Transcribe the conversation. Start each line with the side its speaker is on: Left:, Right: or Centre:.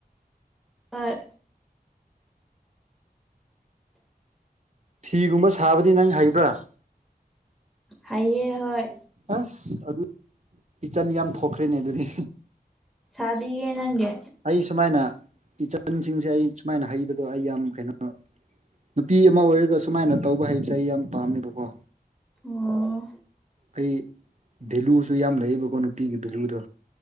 Centre: ꯍꯣꯢ
Right: ꯐꯤꯒꯨꯝꯕ ꯁꯥꯕꯗꯤ ꯅꯪ ꯍꯩꯕ꯭ꯔꯥ
Centre: ꯍꯥꯏꯌꯦ ꯍꯣꯏ
Right: ꯑꯁ ꯑꯗꯨ ꯏꯆꯟ ꯌꯥꯝ ꯊꯣꯛꯈ꯭ꯔꯦꯅꯦ ꯑꯗꯨꯗꯤ
Centre: ꯁꯥꯕꯤꯒꯦ ꯅꯪꯒꯤ
Right: ꯑꯩ ꯁꯨꯃꯥꯏꯅ ꯏꯆꯟꯁꯤꯡꯁꯦ ꯑꯩ ꯁꯨꯃꯥꯏꯅ ꯍꯩꯕꯗꯣ ꯑꯩ ꯌꯥꯝ ꯀꯩꯅꯣ ꯅꯨꯄꯤ ꯑꯃ ꯑꯣꯏꯔꯒ ꯁꯨꯃꯥꯏꯅ ꯇꯧꯕ ꯍꯩꯕꯁꯦ ꯑꯩ ꯌꯥꯝ ꯄꯥꯝꯃꯦꯕꯀꯣ
Centre: ꯑꯣ
Right: ꯑꯩ ꯚꯦꯂꯨꯁꯨ ꯌꯥꯝ ꯂꯩꯌꯦꯕꯀꯣ ꯅꯨꯄꯤꯒꯤ ꯚꯦꯂꯨꯗꯣ